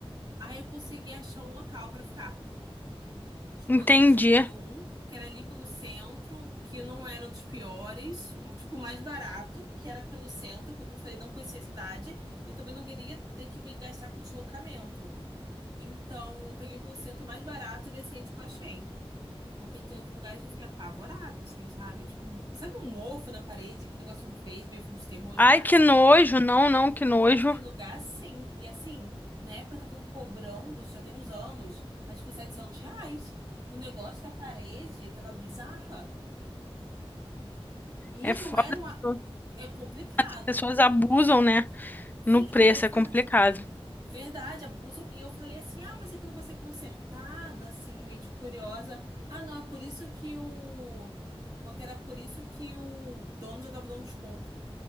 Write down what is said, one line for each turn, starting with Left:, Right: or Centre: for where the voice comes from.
Right: Aí eu consegui achar um local pra ficar. Escolhi,
Left: Entendi.
Right: escolhi um que era ali pelo centro, que não era dos piores, um tipo mais barato, que era pelo centro, porque como eu falei, não conhecia a cidade e também não queria ter que me gastar com deslocamento. Então, eu peguei pelo centro mais barato e decente que eu achei. Porque tem uns lugares que eu fiquei apavorada, assim, sabe? Tipo, um- sabe um mofo na parede, aquele negócio verde, meio filme de terror já?
Left: Ai, que nojo. Não, não, que nojo.
Right: Com lugar sim. E assim, na época estavam cobrando, já tem uns anos, acho que 700 reais. No negócio da parede, tava bizarra. E
Left: É foda,
Right: não era
Left: as
Right: uma.
Left: pessoas
Right: É complicado.
Left: as pessoas abusam, né?
Right: Sim,
Left: No preço,
Right: e eu fa...
Left: é complicado.
Right: Verdade, abusam. E eu falei assim: ah, mas aquilo vai ser consertado, assim, meio de curiosa. Ah, não, é por isso que o. Falou que era por isso que o dono já tava dando desconto.